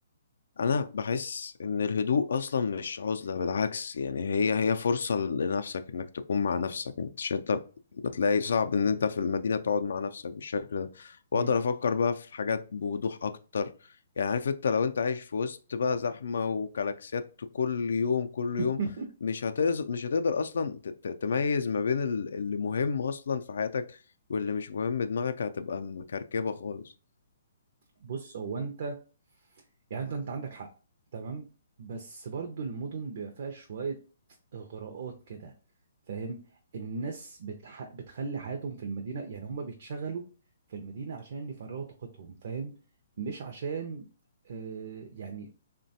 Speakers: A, on the left; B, on the right.
A: انا بحس ان الهدوء اصلا مش عزلة بالعكس يعني هي هي فرصة لنفسك انك تكون مع نفسك انت مش انت بتلاقي صعب ان انت في المدينة تقعد مع نفسك بالشكل ده واقدر
B: مم.
A: افكر بقى في حاجات بوضوح اكتر يعني عارف انت لو انت عايش في وسط بقى زحمة وكلاكسيات كل يوم كل
B: <laughs>
A: يوم مش هتقدر مش هتقدر اصلا ت- ت- تميز ما بين ال- اللي مهم اصلا في حياتك واللي مش مهم دماغك هتبقى مكركبة خالص
B: بص هو انت يعني انت انت عندك حق تمام بس برضو المدن بيبقى فيها شويه اغراءات كده فاهم الناس بتح... بتخلي حياتهم في المدينه يعني هم بيتشغلوا في المدينه عشان يفرغوا طاقتهم فاهم مش عشان آه يعني